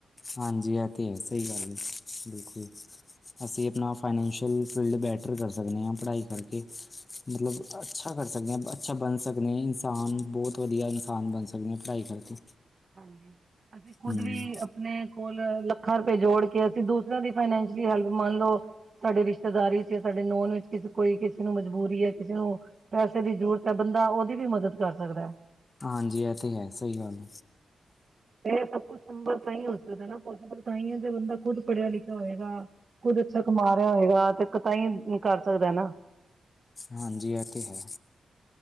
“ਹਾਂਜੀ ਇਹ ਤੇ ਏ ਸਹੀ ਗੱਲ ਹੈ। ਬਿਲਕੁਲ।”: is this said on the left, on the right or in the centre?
Left